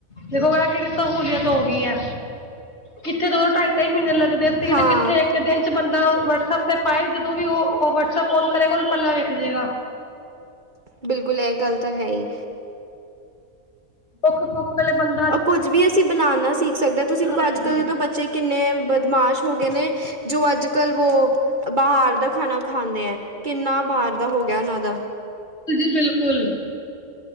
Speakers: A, on the left; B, on the right.
A: ਦੇਖੋ ਐਹ ਕਿੱਡੀ ਸਹੂਲੀਅਤ ਹੋ ਗਈ ਐ, ਕਿੱਥੇ ਦੋ ਢਾਈ- ਢਾਈ ਮਹੀਨੇ ਲੱ ਦੇ ਸੀਗੇ
B: ਹਾਂ
A: ਤੇ ਕਿੱਥੇ ਇੱਕ ਦਿਨ ਚ ਬੰਦਾ ਵਟਸਐਪ ਤੇ ਪਾਏ, ਜਦੋਂ ਵੀ ਉਹ ਉਹ ਵੱਟਸਐਪ ਓਨ ਕਰੇਗਾ, ਓਨੂੰ ਪੱਲਾ ਵੇਖ ਜੇਗਾ।
B: ਬਿਲਕੁਲ ਐ ਗੱਲ ਤਾਂ ਹੈ ਈ।
A: ਸੁੱਖ-ਸੁੱਖ ਵੇਲੇ ਬੰ
B: ਕੁੱਝ ਵੀ ਅਸੀਂ ਬਣਾਣਾ ਸੀਖ ਸਕਦੇ ਆ, ਤੁਸੀਂ ਦੇਖੋ
A: ਹਾਂਜੀ
B: ਅੱਜ- ਕੱਲ ਤੋ ਬੱਚੇ ਕਿੰਨੇ ਬਦਮਾਸ਼ ਹੋ ਗਏ ਨੇ। ਜੋ ਅੱਜ-ਕੱਲ ਵੋ ਬਾਹਰ ਦਾ ਖਾਣਾ ਖਾਂਦੇ ਐ, ਕਿੰਨਾ ਬਾਹਰ ਦਾ ਹੋ ਗਿਆ ਉਨਾਂ ਦਾ
A: ਜੀ ਬਿਲਕੁਲ।